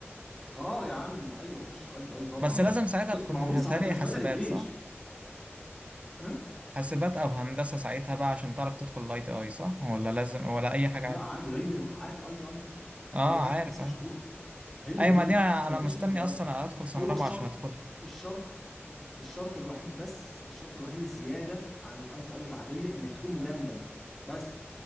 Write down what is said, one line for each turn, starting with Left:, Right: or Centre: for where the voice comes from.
Centre: اه يا عم ايوه خش الاي تي اي طبعا
Right: بس لازم ساعتها
Centre: لا
Right: تكون
Centre: ما هو
Right: هتالي
Centre: بص هو انت مش
Right: حاسبات
Centre: بدل الجيش
Right: صح؟
Centre: أه؟
Right: حاسبات أو هندسة ساعتها بقى عشان تعرف تدخل الاي تي اي صح؟ ولا لازم ولا أي حاجة
Centre: لا
Right: عادي؟
Centre: عادي هي عارف الاي تي اي
Right: اه
Centre: اللي هي بتاعت
Right: عارف
Centre: تسع
Right: عارف
Centre: شهور هي
Right: أيوة
Centre: هي
Right: ما دي أنا
Centre: ما
Right: أنا
Centre: فيش
Right: مستني
Centre: اختلاف
Right: أصلا أدخل سنة
Centre: هو
Right: رابعة
Centre: الشرط
Right: عشان أدخلها
Centre: الشرط الشرط الوحيد بس الشرط الوحيد الزياده عن الاي تي اي العاديه انك تكون مجند بس